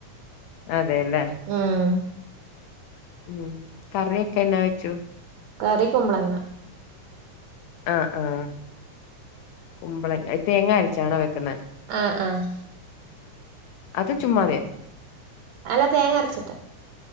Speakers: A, on the left; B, on the right.
A: അതെയല്ലേ
B: ഉം
A: ഉം കറിയൊക്കെ എന്നാ വെച്ചു
B: കറി കുമ്പളങ്ങ
A: ആഹ ആഹ കുമ്പളങ്ങ തേങ്ങ അരച്ചാണോ വെക്കുന്നത്
B: ആ ആഹ
A: അത് ചുമ്മാതെയൊ
B: അല്ല തേങ്ങ അരച്ചിട്ട്